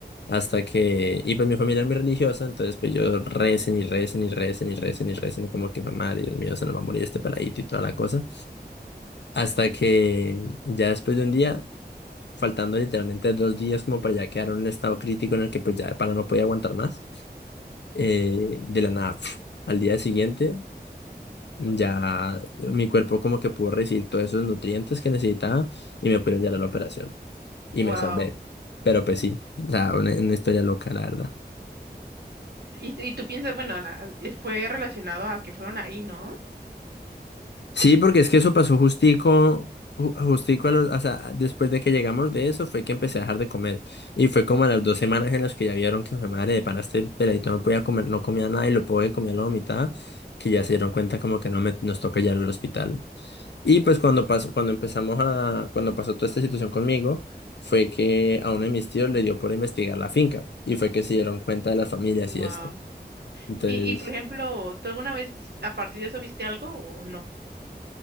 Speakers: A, on the left; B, on the right.
A: Hasta que, y pues mi familia es muy religiosa, entonces pues yo recen y recen y recen y recen y recen, como que, madre, Dios mío, se nos va a morir este peladito y toda la cosa. Hasta que ya después de un día faltando literalmente dos días como para ya quedar en un estado crítico en el que pues ya de pana no podía aguantar más. Eh, de la nada, pf, al día siguiente ya mi cuerpo como que pudo recibir todos esos nutrientes que necesitaba y me pudieron llevar a la operación y
B: Wow.
A: me salvé. Pero pues sí, o sea, una, una historia loca, la verdad.
B: Y, y tú piensas, bueno, la- es- fue relacionado a que fueron ahí, ¿no?
A: Sí, porque es que eso pasó justico, ju- justico a los, o sea, después de que llegamos de eso fue que empecé a dejar de comer. Y fue como a las dos semanas en las que ya vieron que, "Jue madre, de pana este peladito no podía comer, no comía nada y lo poco que comía lo vomitaba, que ya se dieron cuenta como que no me, nos toca ya ir al hospital. Y pues cuando pasó, cuando empezamos a, cuando pasó toda esta situación conmigo, fue que a uno de mis tíos le dio por investigar la finca. Y fue que se dieron cuenta de las familias
B: Wow.
A: y esto. Entonces...
B: Y, y por ejemplo, ¿tú alguna vez a partir de eso viste algo o no?